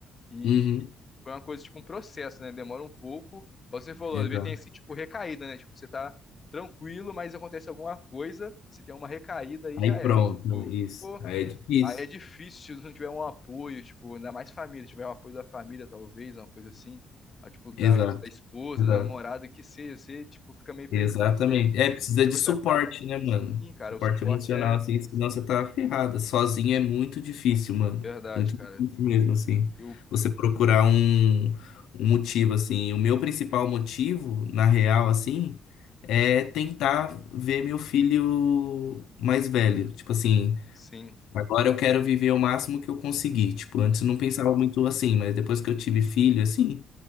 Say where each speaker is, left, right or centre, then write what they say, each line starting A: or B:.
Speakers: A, on the left (about 35°); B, on the left (about 85°).
A: E
B: Uhum,
A: foi uma coisa, tipo, um processo, né? Demora um pouco. Igual Você falou,
B: exato.
A: às vezes tem esse, tipo, recaída, né? Tipo, você tá tranquilo, mas acontece alguma coisa, e você tem uma recaída e
B: Aí
A: já era.
B: pronto,
A: Tipo,
B: não, isso.
A: pô,
B: Aí é difícil.
A: aí é difícil se não tiver um apoio, tipo, ainda mais família, se tiver um apoio da família, talvez, uma coisa assim. ah, Tipo, da,
B: Exato.
A: da esposa,
B: Exato.
A: da namorada, que seja, você, tipo, fica meio perdido
B: Exatamente.
A: e você,
B: É, precisa
A: e
B: de
A: você
B: suporte,
A: vai pro
B: né, mano?
A: caminho, cara.
B: Suporte
A: O suporte
B: emocional,
A: é,
B: assim, senão
A: sim,
B: você tá ferrada. Sozinho é muito difícil, mano.
A: verdade,
B: Muito
A: cara.
B: difícil mesmo, assim.
A: Eu,
B: Você procurar um, um motivo, assim. O meu principal motivo, na real,
A: uhum,
B: assim, é tentar ver meu filho mais velho. Tipo assim.
A: sim,
B: Agora eu quero viver o máximo que eu conseguir. Tipo, antes
A: uhum.
B: eu não pensava muito assim, mas depois que eu tive filho, assim,